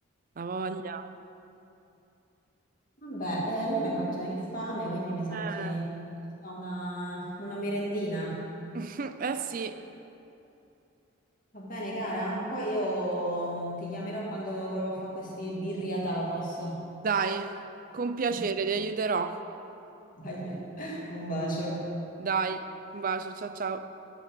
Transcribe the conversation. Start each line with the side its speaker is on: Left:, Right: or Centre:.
Right: la voglia.
Left: Vabbè, eh, a me mi hai fatto venire fame, quindi mi sa
Right: Eh,
Left: che mi fa una, una merendina.
Right: <laughs> Eh sì,
Left: Va bene, cara? Poi io mm, ti chiamerò quando provo a fare questi birria tacos.
Right: dai, con piacere,
Left: <laughs>
Right: ti aiuterò,
Left: Dai, un bacio.
Right: dai, un bacio, ciao ciao.